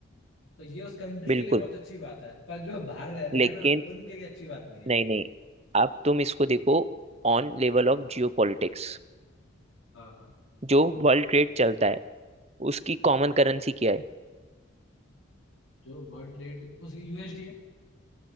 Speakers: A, on the left; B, on the right.
A: तो ये उस कंट्री
B: बिल्कुल
A: के लिए बहुत अच्छी बात है पर जो बाहर रह रहे
B: लेकिन
A: हैं ना उनके लिए अच्छी बात नहीं है
B: नहीं
A: वो
B: नहीं अब तुम इसको देखो on level of geo politics
A: हाँ हाँ
B: जो वर्ल्ड ट्रेड चलता है उसकी कॉमन करेंसी क्या है
A: जो वर्ल्ड रेट उस यूएसडी है